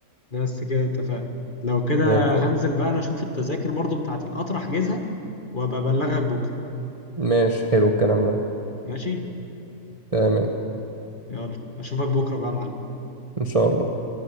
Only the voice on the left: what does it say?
بس كده اتفقنا لو كده
هنزل بقى انا اشوف التذاكر برضو بتاعت القطر احجزها وابقى ابلغك بكرة
ماشي
يلا اشوفك بكرة بقى يا معلم